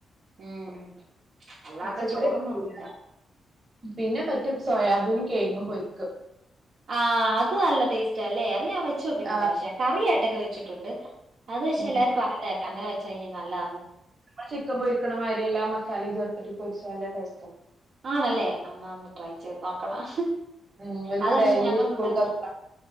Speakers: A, on the right; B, on the right.
A: ഉം അവളാതെ
B: പച്ചക്കറി
A: ചോറൊന്നും
B: പറ്റൂല
A: ഒന്നുല്ല
B: പിന്നെ പറ്റും സോയാബീൻ കേങ്ങും പൊര്ക്ക
A: ആഹ് അത് നല്ല ടേസ്റ്റാ അല്ലെ അത് ഞാൻ വെച്ച് ക്കിട്ടില്ല
B: ആ,
A: പക്ഷെ കറിയായിട്ടൊക്കെ വെച്ചിട്ടുണ്ട് അത് പക്ഷെ
B: ഉം.
A: എല്ലാരും പറഞ്ഞതേക്കാം അങ്ങെ വെച്ച കഴിഞ്ഞഞ് നല്ലതാണ്
B: നമ്മ ചിക്കൻ പൊരിക്കണമാതിരി എല്ലാ മസാലയും ചേർത്തിട്ട് പൊരിച്ചാ നല്ല ടേസ്റ്റ
A: ആണല്ലേ അമ്മ അമ്മ ട്രൈ ചെയ്ത് നോക്കണം
B: ഉം ഓൽക്ക്
A: അത്ക്ഷെ
B: ഡെയിലി
A: ഞങ്ങള
B: സ്കൂൾക്ക്
A: ഇവിടെ
B: അത് വാണം